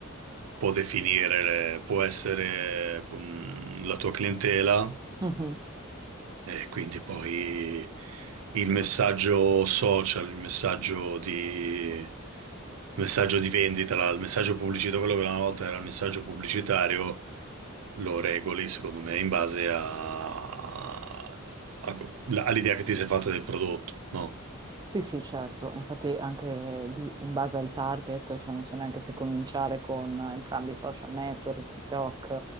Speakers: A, on the right (about 85°); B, on the right (about 20°).
A: può definire, può essere mh, la tua clientela
B: Mhm.
A: e quindi poi il messaggio social, il messaggio di, il messaggio di vendita, la- il messaggio pubblicitario, quello che una volta era il messaggio pubblicitario, lo regoli, secondo me, in base a- a- all'idea che ti sei fatta del prodotto, no?
B: Sì, sì, certo, infatti anche lì in base al target, cioè non so neanche se cominciare con entrambi i social network, TikTok,